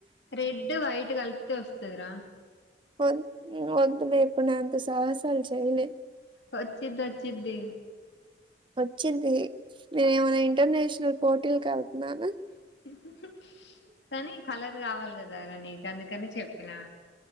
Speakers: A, on the left (about 80°); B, on the right (about 30°).
A: రెడ్ వైట్ కలిపితే వస్తుదిరా
B: <unintelligible> ఇప్పుడు నే ఎంత సాహసాలు చేయలే
A: వచ్చిద్ది వచ్చిద్ది
B: వచ్చింది నేను ఏమైనా ఇంటర్నేషనల్ పోర్టీల్ క వెళ్తున్నానా
A: <unintelligible> కానీ కలర్ కావాలి కదా అదారా నీక అందుకని చెప్పినా